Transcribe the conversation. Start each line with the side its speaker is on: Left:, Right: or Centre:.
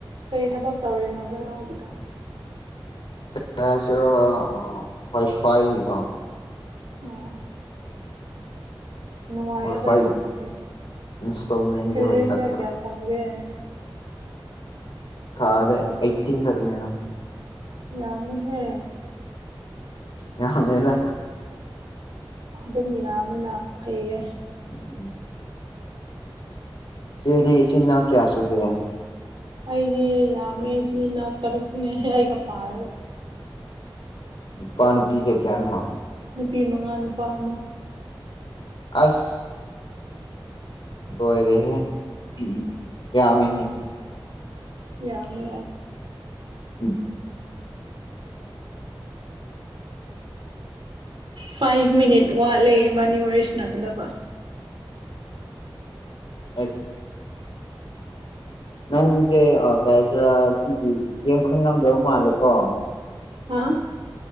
Right: ꯀꯔꯤ ꯊꯕꯛ ꯇꯧꯔꯤꯅꯣꯕ ꯅꯣ ꯍꯧꯖꯤꯛꯀꯥꯟ
Left: ꯀꯌꯥꯁꯔ ꯋꯥꯏꯐꯥꯏꯒꯤꯀꯣ
Right: ꯑꯣ ꯅꯨꯡꯉꯥꯏꯌꯦ
Left: ꯋꯥꯏꯐꯥꯏ
Right: ꯀꯩꯅꯣ ꯑꯗꯨꯁꯨ
Left: ꯏꯟꯁꯇꯣꯜꯃꯦꯟꯒꯤ
Right: ꯁꯦꯂꯔꯤ
Left: ꯍꯣꯏ ꯆꯠꯄ
Right: ꯀꯌꯥ ꯀꯌꯥ ꯐꯪꯒꯦ
Left: ꯊꯥꯗ ꯑꯩꯇꯤꯟ ꯈꯥꯛꯇ ꯅꯦꯗ
Right: ꯌꯥꯝꯃꯤꯍꯦ
Left: ꯌꯥꯝꯗꯦꯗ
Right: ꯑꯗꯨꯝ ꯌꯥꯝꯃꯦꯅꯥ ꯐꯩꯌꯦ
Left: ꯎꯝ ꯎꯝ ꯏꯆꯦꯗꯤ ꯏꯆꯤꯟ ꯏꯅꯥꯎ ꯀꯌꯥꯁꯨꯨꯒꯦ
Right: ꯑꯩꯗꯤ ꯌꯥꯝꯃꯦ ꯏꯆꯤꯟ ꯏꯅꯥꯎ ꯇꯔꯨꯛꯅꯦ ꯑꯩꯒ ꯄꯔꯥꯒ
Left: ꯅꯨꯄꯥ ꯅꯨꯄꯤ ꯀꯩ ꯀꯌꯥꯅꯣ
Right: ꯅꯨꯄꯤ ꯃꯉꯥ ꯅꯨꯄꯥ ꯑꯃ
Left: ꯑꯁ ꯂꯣꯏꯔꯦꯍꯦ ꯅꯨꯄꯤ ꯌꯥꯝꯃꯦꯍꯦ
Right: ꯌꯥꯝꯃꯦ
Left: ꯎꯝ
Right: ꯐꯥꯏꯚ ꯃꯤꯅꯤꯠ ꯋꯥꯠꯂꯤ ꯏꯕꯥꯅꯤ ꯋꯥꯔꯤ ꯁꯥꯟꯅꯒꯗꯕ
Left: ꯑꯁ ꯅꯪꯁꯦ ꯑꯥ ꯀꯩ ꯍꯥꯏꯁꯤꯔꯥ ꯁꯤꯒꯤ ꯌꯥꯝ ꯈꯪꯉꯝꯗꯕ ꯃꯥꯜꯂꯦꯀꯣ
Right: ꯍꯥꯥ